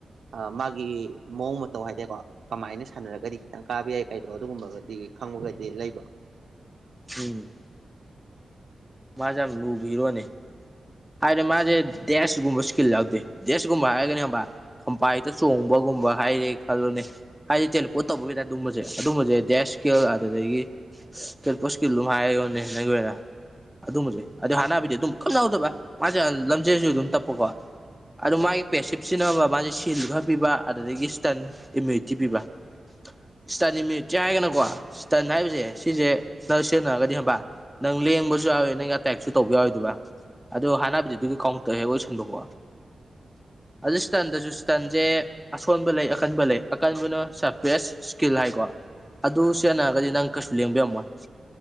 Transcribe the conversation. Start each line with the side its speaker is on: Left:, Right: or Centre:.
Right: ꯑꯥ ꯃꯥꯒꯤ ꯃꯑꯣꯡ ꯃꯇꯧ ꯍꯥꯏꯇꯥꯏꯀꯣ ꯀꯃꯥꯏꯅ ꯁꯥꯟꯅꯔꯒꯗꯤ ꯈꯤꯇꯪ ꯀꯥꯕ ꯌꯥꯏ ꯂꯩꯕꯗꯣ ꯑꯗꯨꯒꯨꯝꯕꯒꯗꯤ ꯈꯪꯕꯒꯗꯤ ꯂꯩꯕꯔꯣ
Centre: ꯎꯝ ꯃꯥꯖꯦ ꯌꯥꯝ ꯂꯨꯕ ꯍꯤꯔꯣꯅꯦ ꯍꯥꯏꯔꯦ ꯃꯥꯖꯦ ꯗꯦꯁꯒꯨꯝꯕ ꯁꯀꯤꯜ ꯌꯥꯎꯗꯦ ꯗꯦꯁꯀꯨꯝꯕ ꯍꯥꯏꯔꯒꯅꯦ ꯍꯪꯕꯔꯥ ꯀꯝꯄꯥꯏꯗ ꯆꯣꯡꯕꯒꯨꯝꯕ ꯍꯥꯏꯔꯦ ꯈꯜꯂꯣꯅꯦ ꯍꯥꯏꯗꯤ ꯇꯦꯂꯄꯣꯠ ꯇꯧꯕꯒꯤꯗ ꯑꯗꯨꯝꯕꯖꯦ ꯑꯗꯨꯝꯕꯖꯦ ꯗꯦꯁ ꯏꯁꯀꯤꯜ ꯑꯗꯨꯗꯒꯤ ꯁ ꯇꯣꯝꯄꯣꯠ ꯏꯁꯀꯤꯜ ꯑꯗꯨꯝ ꯍꯥꯏꯔꯣꯅꯦ ꯅꯪꯒꯤ ꯑꯣꯏꯅ ꯑꯗꯨꯝꯕꯖꯦ ꯑꯗꯨ ꯍꯥꯟꯅꯕꯤꯗꯤ ꯑꯗꯨꯝ ꯀꯝ ꯌꯥꯎꯗꯕꯔ ꯃꯥꯖꯦ ꯂꯝꯖꯦꯜꯁꯨ ꯑꯗꯨꯝ ꯇꯞꯄꯀꯣ ꯑꯗꯨ ꯃꯥꯒꯤ ꯄꯦꯁꯤꯞ ꯁꯤꯖꯤꯟꯅꯕ ꯕꯥꯖꯦ ꯁꯤꯟꯖꯨ ꯈꯔ ꯄꯤꯕ ꯑꯗꯨꯗꯒꯤ ꯏꯁꯇꯟ ꯏꯃ꯭ꯌꯨꯅꯤꯇꯤ ꯄꯤꯕ ꯏꯁꯇꯟ ꯏꯃꯤꯠꯆꯤ ꯍꯥꯏꯔꯒꯅꯀꯣ ꯏꯁꯇꯟ ꯍꯥꯏꯕꯖꯦ ꯁꯤꯖꯦ ꯅꯪ ꯁꯤꯖꯤꯟꯅꯔꯒꯗꯤ ꯈꯪꯕꯔ ꯅꯪ ꯂꯦꯡꯕꯁꯨ ꯌꯥꯎꯋꯤ ꯅꯪ ꯑꯇꯦꯛꯁꯨ ꯇꯧꯕ ꯌꯥꯔꯣꯏꯗꯨꯕ ꯑꯗꯣ ꯍꯥꯟꯅꯕꯤꯗꯤ ꯑꯗꯨꯒ ꯀꯥꯎꯟꯇꯔ ꯍꯦꯛ ꯑꯣꯏꯁꯟꯕ ꯀꯣ
Right: <inaudible>
Centre: ꯑꯗꯨ ꯏꯁꯇꯟꯗꯖꯨ ꯏꯁꯇꯟꯖꯦ ꯑꯁꯣꯟꯕ ꯂꯩ ꯑꯀꯟꯕ ꯂꯩ ꯑꯀꯟꯕꯅ ꯁꯄ꯭ꯔꯦꯁ ꯏꯁꯀꯤꯜ ꯍꯥꯏꯀꯣ ꯑꯗꯨ ꯁꯤꯖꯤꯟꯅꯔꯒꯗꯤ ꯅꯪ ꯀꯩꯁꯨ ꯂꯦꯡꯕꯤꯔꯝꯃꯣꯏ